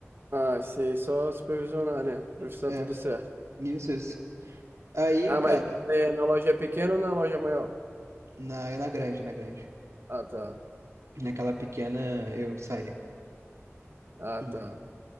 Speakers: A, on the right; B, on the right.
A: Ah, sei, só supervisionar, né? Pra ver se tá
B: É,
A: tudo certo.
B: isso, isso. Aí,
A: Ah,
B: cara,
A: mas é na loja pequena ou na loja maior?
B: na, na grande, na grande.
A: Ah, tá.
B: Naquela pequena eu saí.
A: Ah,
B: Hum.
A: tá.